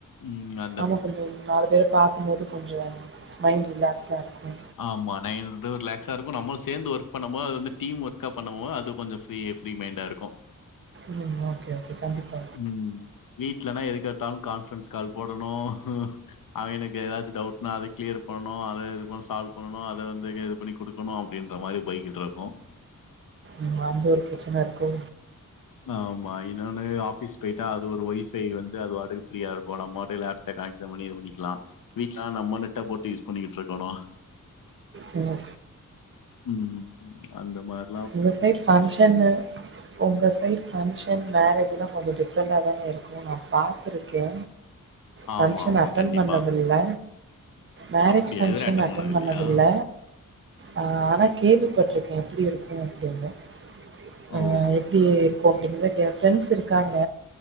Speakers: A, on the left; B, on the right.
A: ம் நா
B: ஆமா கொஞ்ச நாலு பேர பாக்கும்போது கொஞ்சோ மைண்ட் ரிலாக்ஸா இருக்கு
A: ஆமா நைன் ஹவர் ரிலாக்ஸா இருக்கு நம்மளு சேர்ந்து ஒர்க் பண்ணமோது அது வந்து டீம் ஒர்கா பண்ணுவோ அது கொஞ்சோ ஃபிரீ ஃபிரீ மைண்டா இருக்கு <unintelligible>
B: ம் ஓகே ஓகே கண்டிப்பா
A: ம் வீட்லனா எதுக்கெடுத்தாலு கான்ஃப்ரன்ஸ் கால் போடணு அவங்களுக்கு ஏதாச்சு டவுட்னா அத கிளியர் பண்ணனு அத இது பன் சால்வ் பண்ணனு அத வந்து க்ளியர் பண்ணி குடுக்கணு அப்டின்ற மாரி பைக்கிட்டு இருக்கு
B: ம் அந்த ஒரு பிரச்சன இருக்கு
A: ஆமா இ ன்னொன்னு ஆஃபிஸ் போய்ட்டா அது ஒரு ஒய்ஃபை வந்து அது வாடுக்கு ஃப்ரியா இருக்கு நம்ம வாடுக்கு லேப்ல கனெக்ஷன் பண்ணி இது பண்ணிக்குலா வீட்லனா நம்ம நெட்ட போட்டு யூஸ் பண்ணிக்கிட்டு இருக்கணு
B: என்ன
A: உம்ம் அந்த மார்
B: ஒங்க சைட் ஃபங்க்ஷனு ஒங்க சைட் ஃபங்க்ஷன் மேரேஜ்லா கொஞ்சோ டிஃப்ரெண்டாதாங்க இருக் உன்ன பாத்துருக்கே ஃபங்க்ஷன்
A: ஆமா ஆமா
B: அட்டன்
A: கண்டிப்பா
B: பண்ணது இல்ல மேரேஜ்
A: அப்டியா
B: ஃபங்க்ஷன்
A: இதுவர
B: அட்டன்
A: பண்ணது
B: பண்ணதில்ல
A: இல்லையா
B: அ ஆனா கேள்விப்பட்ருக்கே எப்டி இருக்கூ அப்டின்னு
A: ஓ
B: அ எப்டி ஓகே இதுவே கேல் ஸ்ஃப்ரெண்ட்ஸ் இருக்காங்க